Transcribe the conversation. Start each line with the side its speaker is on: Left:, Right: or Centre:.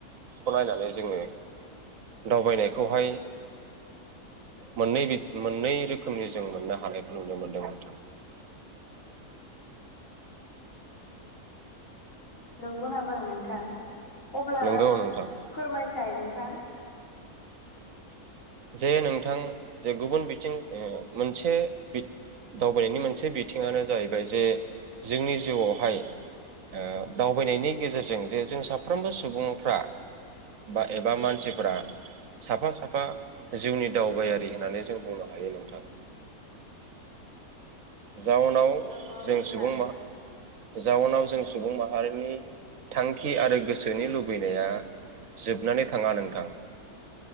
Right: खौ नायनानै जोङो दावबायनायखौहाय मोन मोननै रोखोमनि जों मोननो हानायखौ नुनो मोनदोंमोन।
Left: नंगौ नामा नोंथां अब्ला
Right: नंगौ नोंथां
Left: फोरमायसाय नोंथां <inaudible>
Right: जे नोंथां जे गुबुन बिथिं मोनसे दावबायनायनि मोनसे बिथिङानो जाहैबाय जे जोंनि जिउआवहाय ओ दावबायनायनि गेजेरजों जे जों साफ्रोमबो सुबुंफ्रा बा एबा मानसिफोरा साफा साफा जिउनि दावबायारि होननानै जों बुंनो हायो नोंथां। जाउनाव
Left: नंगौ
Right: जों
Left: नोंथां
Right: सुबुं मा जाउनाव जों सुबुं माहारिनि थांखि आरो गोसोनि लुबैनाया जोबनानै थाङा नोंथां।